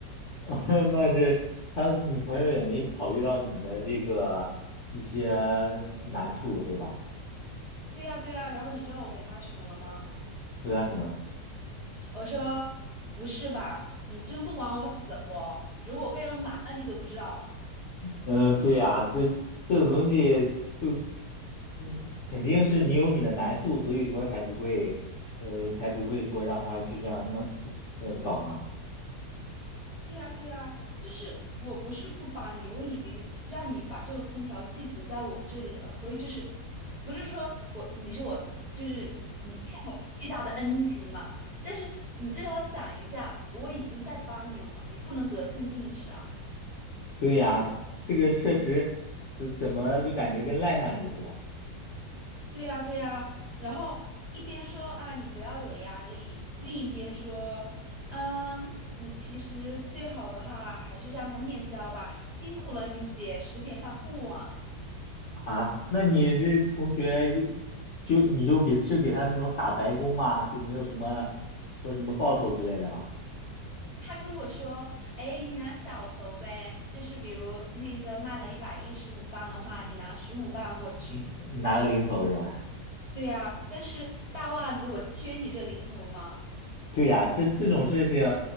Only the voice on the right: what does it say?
对呀，对呀。然后你知道我回他什么了吗？
我说：“不是吧，你真不管我死活，如果我被人瞒了，你都不知道。”
对呀，对呀，就是我不是不帮你，我已经让你把这个空调寄存在我这里了，所以就是不是说我你是我就是你你欠我一个巨大的恩情嘛？但是你至少想一下，我已经在帮你了，你不能得寸进尺啊！
对呀，对呀，然后一边说啊你不要有压力，另一边说，嗯，你其实最好的话还是让他面交吧，辛苦了你姐，十点半不晚。
他跟我说：“哎，你拿小头呗，就是比如那个卖了一百一十五磅的话，你拿十五磅过去。”
对呀，但是大袜子我缺你这零头吗？